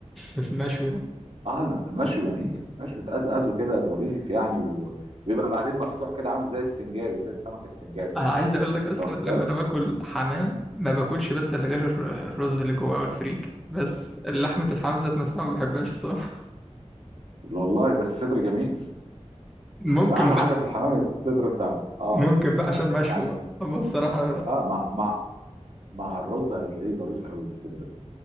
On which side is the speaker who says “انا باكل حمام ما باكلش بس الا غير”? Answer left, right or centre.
Centre